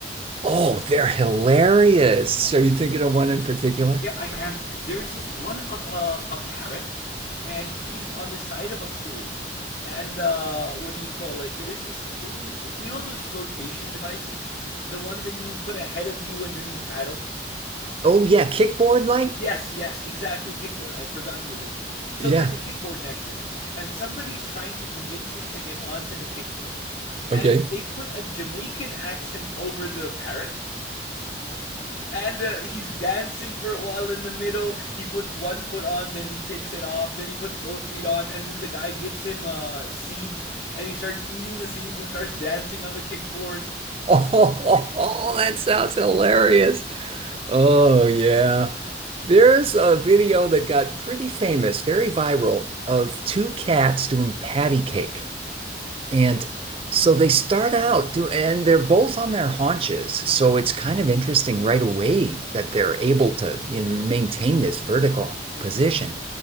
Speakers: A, on the right; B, on the left.
A: Oh, they're hilarious.
B: Yeah.
A: So you thinking of one in particular?
B: Yeah, I am. There's this one of a a parrot, and he's on the side of a pool. And uh, what do you call it? There's this thing, you know those flotation devices? The ones that you put ahead of you and then you paddle?
A: Oh yeah, kickboard like?
B: Yes, yes, exactly. Kickboard. I had forgotten the name. So
A: Yeah.
B: there's a kickboard next to him, and somebody's trying to convince him to get onto the kickboard. And
A: Okay.
B: they put a Jamaican accent over the parrot, and uh, he's dancing for a while in the middle. He puts one foot on, then he takes it off, then he puts both feet on, and then the guy gives him uh, seeds, and he starts eating the seeds and starts dancing on the kickboard.
A: Oh, <laughs> that sounds hilarious. Oh, yeah. There's a video that got pretty famous, very viral, of two cats doing patty cake. And so they start out do, and they're both on their haunches. So it's kind of interesting right away that they're able to, you know, maintain this vertical
B: Mhm.
A: position.